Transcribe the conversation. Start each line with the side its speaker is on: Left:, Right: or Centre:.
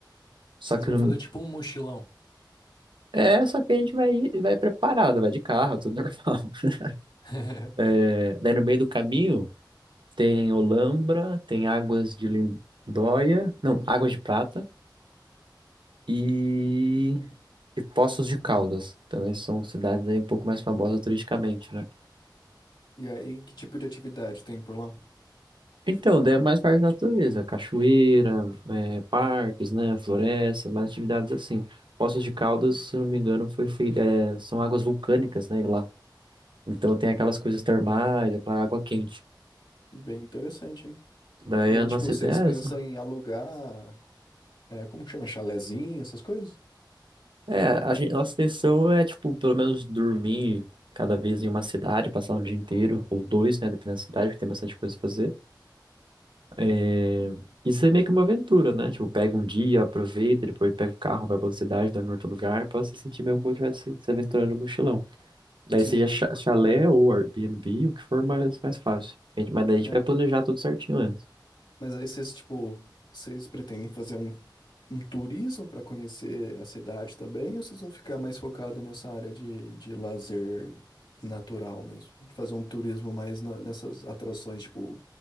Right: Só
Left: Vocês
Right: que
Left: vão
Right: no-
Left: fazer tipo um mochilão.
Right: é, só que a gente vai ir- vai preparado, vai de carro, tudo normal. <laughs>
Left: <laughs>
Right: É, daí no meio do caminho tem Olambra, tem Águas de Lindóia, não, Águas de Prata. e, e Poços de Caldas. Também são cidades aí um pouco mais famosas turisticamente, né?
Left: E aí, que tipo de atividade tem por lá?
Right: Então, daí é mais parte da natureza, cachoeira, é, parques, né, florestas, mais atividades assim. Poços de Caldas, se não me engano, foi feita, é, são águas vulcânicas, né, lá. Então tem aquelas coisas termais, aquela água quente.
Left: Bem interessante, hein?
Right: Daí
Left: E
Right: a
Left: aí,
Right: nossa
Left: tipo, vocês
Right: ideia
Left: pensam
Right: é essa.
Left: em alugar, é, como que chama? Chalezinho, essas coisas?
Right: É, a gente, nossa intenção é, tipo, pelo menos dormir cada vez em uma cidade, passar um dia inteiro, ou dois, né, dependendo da cidade, porque tem bastante coisa a fazer. É, Isso é meio que uma aventura, né? Tipo, pega um dia, aproveita, depois pega o carro, vai pra outra cidade, dorme em outro lugar, pra você sentir mesmo como estivesse se se aventurando no mochilão. Daí
Left: Sim.
Right: seja cha- chalé ou Airbnb, o que for mais, mais fácil. A gente- Mas daí a gente
Left: É,
Right: vai planejar tudo certinho antes.
Left: Mas aí vocês, tipo, vocês pretendem fazer um, um turismo para conhecer a cidade também, ou vocês vão ficar mais focado nessa área de, de lazer natural mesmo? De fazer um turismo mais na- nessas atrações, tipo,